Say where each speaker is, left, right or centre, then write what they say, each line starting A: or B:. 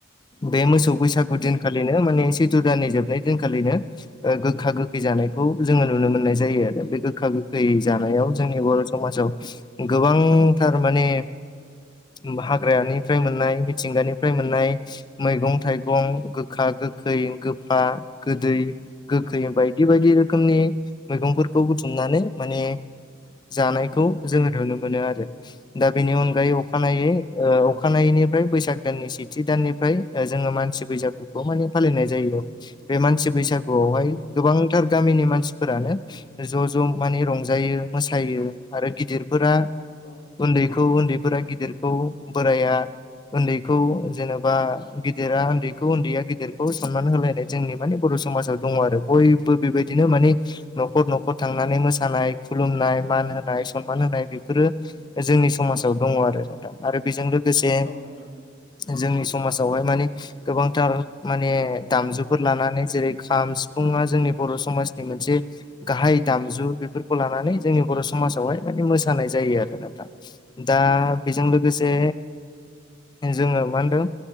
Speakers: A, on the left; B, on the left.
A: बे मोसौ बैसागु
B: औ नोंथां
A: दिनखालिनो माने सैथ्र' दाननि जोबनाय दिनखालिनो
B: औ
A: गोखा गोखै जानायखौ जोङो नुनो मोननाय जायो आरो बे गोखा गोखै जानायाव
B: औ
A: जोंनि बर' समाजाव गोबांथार माने उम हाग्रानिफ्राय मोननाय मिथिंगानिफ्राय मोननाय। मैगं-थाइगं, गोखा-गोखै, गोफा-गोदै गोखै
B: औ
A: बायदि बायदि रोखोमनि मैगंफोरखौ बुथुमनानै माने जानायखौ जोङो नुनो मोनो आरो दा बेनि अनगायै अखानायै
B: नोंथां
A: अखानायैनि फ्राय बैसाग दाननि सेथि दाननिफ्राय जोङो मानसि बैसागुखौ माने फालिनाय जायो बे मानसि बैसागुआवहाय
B: औ
A: गोबांथार गामिनि मानसिफोरानो ज' ज' मानि रंजायो मोसायो आरो गिदिरफोरा
B: औ
A: उन्दैखौ उन्दैफोरा गिदिरखौ बोराइआ उन्दैखौ जेनेबा गिदिरा उन्दैखौ उन्दैया गिदिरखौ सनमान होलायनाय जोंनि माने बर' समाजाव दङ आरो बयबो बेबायदिनो माने न'खर न'खर थांनानै मोसानाय खुलुमनाय मान होनाय सनमान होनाय बेफोरो जोंनि समाजाव दङ आरो आरो बेजों लोगोसे
B: औ नोंथां
A: जोंनि समाजावहाय माने गोबांथार माने दामजुफोर लानानै जेरै खाम सिफुंआ जोंनि बर' समाजनि मोनसे गाहाय दामजु बेफोरखौ लानानै जोंनि बर' समाजावहाय माने मोसानाय जायो आरो नोंथां दा बेजों लोगोसे जोंङो मा होनदों